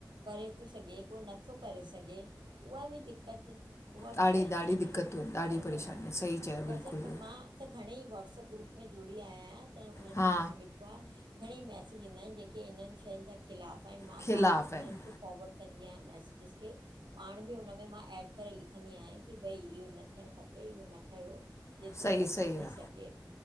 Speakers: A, on the right; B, on the left.
A: करे थो सघे, को नथो करे सघे। उहा बि दिक्क़त, उहा बि
B: ॾाढी
A: परेशानी
B: ॾाढी दिक़तूं आहिनि ॾाढी
A: पर
B: परेशानियूं आहिनि सही चयो बिल्कुलु
A: मतिलबु
B: इहो
A: मां त घणेई व्हाट्सअप ग्रुप में जुड़ी आयायां त उन्हनि
B: हा
A: में मां ॾिठी आहे घणेई मैसेज ईंदा आहिनि जेके इन्हनि शयुनि जे खिलाफ़ आहिनि, मां
B: खिलाफ़ु
A: पाण
B: आहिनि
A: उन्हनि खे फॉर्वड कंदी आहियां मैसेजिस खे। पाण बि हुन में मां एड करे लिखंदी आहियां कि भई इहो न थियणु खपे, इहो न कयो। जेतिरे
B: सही
A: क़दुरु
B: सही आहे
A: थी सघे,